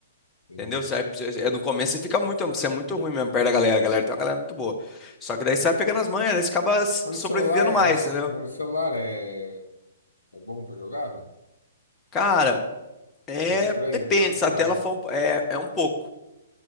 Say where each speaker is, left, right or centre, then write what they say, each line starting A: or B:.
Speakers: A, on the left; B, on the left.
A: entendi.
B: Entendeu? Você vai- você- é, no começo você fica muito, você é muito ruim mesmo perto da galera. A galera tem uma galera muito boa. Só que daí você vai pegando as manhas, daí você acaba s-
A: Mas
B: sobrevivendo
A: no celular,
B: mais,
A: mas,
B: entendeu?
A: mas no celular é, é bom pra jogar, velho?
B: Cara, é,
A: Não É estranho
B: depende,
A: jogar no celular?
B: se a tela for, um- é, é um pouco.